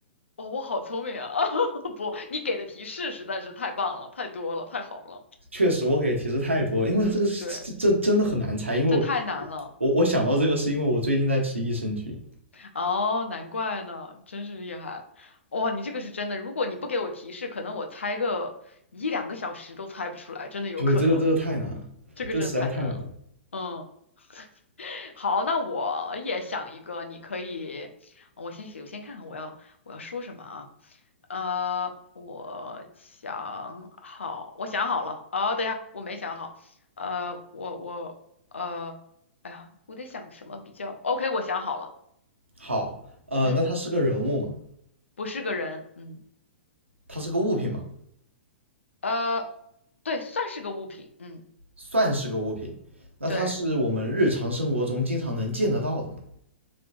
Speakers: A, on the left; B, on the right.
A: 哇，我好聪明啊！<laughs> 不，你给的提示实在是太棒了，太多了，太好了。
B: 确实我给提示太多了，因为这个这这真的很难猜，
A: 对，
B: 因为我
A: 这太难了。
B: 我我想到这个是因为我最近在吃益生菌。
A: 哦，难怪呢，真是厉害！哇，你这个是真的，如果你不给我提示，可能我猜个一两个小时都猜不出来，真的有可能。
B: 对，这个这个太难了，
A: 这个真的太难了。
B: 这个实在太难了。
A: 嗯，<laughs> 好，那我也想一个，你可以，我先我先看看我要我要说什么啊？呃，我想好，我想好了。啊，等一下，我没想好。呃，我我呃，哎呀，我得想什么比较 OK，我想好了。
B: 好，呃，
A: 嗯。
B: 那它是个人物嘛？
A: 不是个人，嗯，
B: 它是个物品嘛？
A: 呃，对，算是个物品，嗯，
B: 算是个物品。那它是我们日常生活中经常能见得到的嘛？
A: 对，